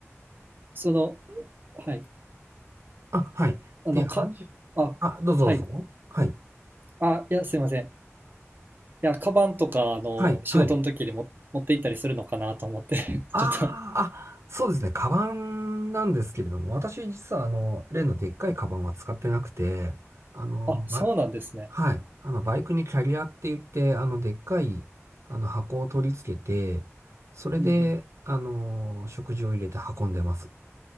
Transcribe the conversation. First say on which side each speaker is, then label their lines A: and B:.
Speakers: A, on the right; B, on the right.
A: その、はい。
B: あ、はい。
A: あの、
B: で、
A: か、
B: 雨、
A: あ、
B: あ、どうぞどうぞ。
A: はい。
B: はい。
A: あ、いや、すいません。いや、カバンとか、あの、
B: はい。
A: 仕事の時にも持って行ったりするのかなと思って
B: はい。
A: <laughs>
B: ああ、
A: ちょっと
B: あ、そうですね。カバンなんですけれども、私実はあの、例のでっかいカバンは使ってなくて、あの、
A: あ、そうなんですね。
B: ば、はい。あの、バイクにキャリアって言って、あの、でっかい、あの、箱を取り付けて、それで、
A: うんうん。
B: あの、食事を入れて運んでます。